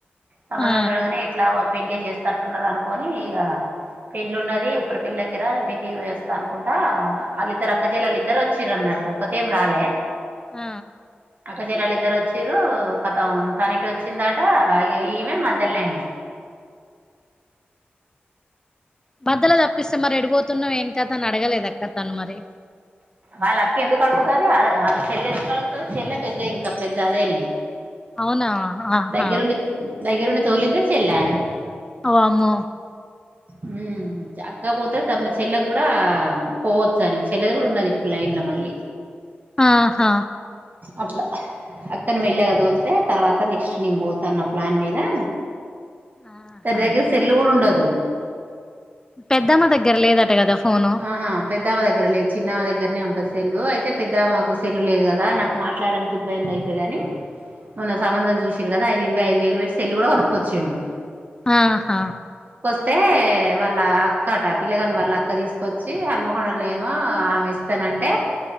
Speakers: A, on the right; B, on the left.
A: సంబంధం
B: ఆ
A: చూడంగనే పెళ్లే చేస్తట్టున్నరు అనుకోని ఇగా పెళ్లి ఉన్నది ఇప్పురి పెళ్లి దగ్గర పెళ్లి చేస్తా అనుకుంటా వాళ్ళిద్దరు అక్కజలల్లు ఇద్దర్ వచ్చిరన్నట్టు ఒక్కతేం రాలే
B: ఆ
A: అక్కజల్లలు ఇద్దరు వచ్చింరూ కతం తనిటు వచ్చిందటా ఇగ ఈమె మధ్యల్నే
B: మద్దెల తప్పిస్తే మరి ఎడుపోతున్నవే ఇంకా తనని అడగాలే కద అక్క తను మరి
A: వాళ్ అక్క ఎందుకు అడుగుతది వాళ్ళ ఆళ్ల చెల్లెందుకు కడుగుతది చెల్లె పెద్ద ఇంక పెద్ద అదేనే
B: అవునా ఆహా
A: దగ్గరుండి దగ్గరుండి తోలిందే చెల్లాయే
B: వామ్మో
A: మ్మ్ అక్కపోతది తమ్మున చెల్లకు కూడా పోవచ్చు అని చెల్లెది కూడ ఉన్నది ఇప్పుడు లైన్ లో మళ్ళీ
B: ఆహా
A: అట్ల అక్కను మెల్లగ తోలితే తర్వాత నెక్స్ట్ నేను పోతాన్న ప్లాన్ మీదా
B: ఆహా
A: తన దగ్గర సెల్లూ కూడా ఉండదు దు
B: పెద్దమ్మ దగ్గర లేదట కదా ఫోను
A: ఆహా పెద్దామే దగ్గర లేదు చిన్నామే దగ్గరనే ఉం సెల్లు అయితే పెద్దమేకు సెల్లు లేదు కదా నాకు మాట్లాడానికి ఇబ్బంది అయితది అని మొన్న సంబంధం చూసిర్రు కదా ఆయన ఇరవై ఐదు వేలు పెట్టి సెల్లు కూడా కొనుక్కొచ్చిండు
B: ఆహా
A: స్తే వాళ్ళ అక్కట పిల్లగాని వాళ్ళ అక్క తీస్ తీసుకొచ్చి హన్మకొండల్నేమో ఆమె ఇస్తానంటే